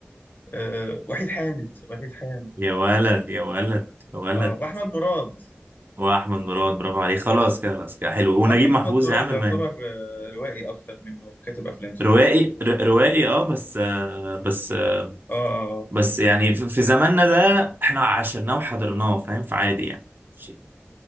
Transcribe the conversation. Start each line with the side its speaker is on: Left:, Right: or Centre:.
Left: أه وحيد حامد وحيد حامد
Right: يا ولد يا ولد يا ولد
Left: اه واحمد مراد
Right: واحمد مراد برافو عليه خلاص كده خلاص كده حلو
Left: واحمد
Right: ونجيب
Left: احمد
Right: محفوظ
Left: مراد
Right: يا عم
Left: يعتبر
Right: ما
Left: آه، روائي اكتر منه كاتب افلام صح
Right: روائي ر- روائي اه بس آه بس آه
Left: اه آه، آه.
Right: بس يعني في في زماننا ده احنا عشرناه وحضرناه فاهم فعادي يعني ماشي